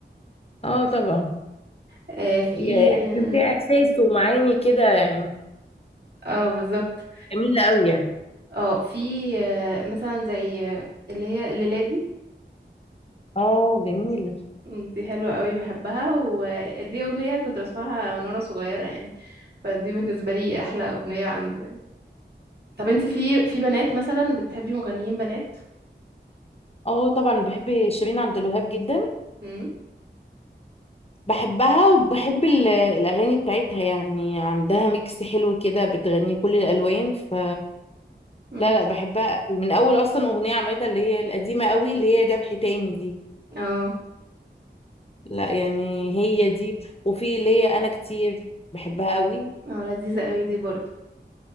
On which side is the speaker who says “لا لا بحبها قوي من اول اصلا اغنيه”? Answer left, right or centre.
Left